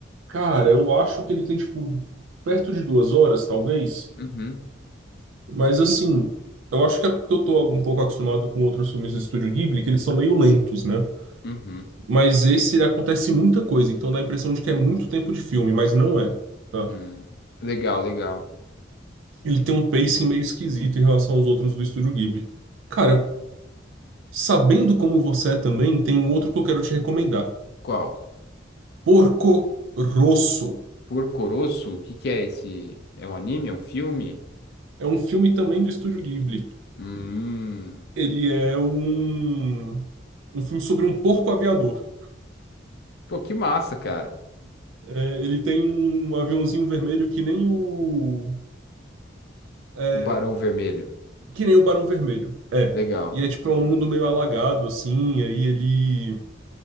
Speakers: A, on the right; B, on the left.
A: cara, eu acho que ele tem, tipo, perto de duas horas, talvez.
B: Uhum,
A: Mas, assim, eu acho que é porque eu tô um pouco acostumado com outros filmes do Estúdio Ghibli, que eles são meio lentos, né?
B: uhum.
A: Mas esse, ele acontece muita coisa, então dá a impressão de que é muito tempo de filme, mas não é. tá?
B: hum. Legal, legal.
A: ele tem um pacing meio esquisito em relação aos outros do Estúdio Ghibli. Cara, sabendo como você é também, tem um outro que eu quero te recomendar.
B: Qual?
A: Porco Rosso.
B: Porco Rosso? O que que é esse? É um anime? É um filme?
A: É um filme também do Estúdio Ghibli.
B: Hum.
A: Ele é um, um filme sobre um porco aviador.
B: Pô, que massa, cara.
A: É, ele tem um aviãozinho vermelho que nem o... é,
B: O Barão Vermelho.
A: que nem o Barão Vermelho. É.
B: Legal.
A: E é tipo é um mundo meio alagado, assim, e aí ele...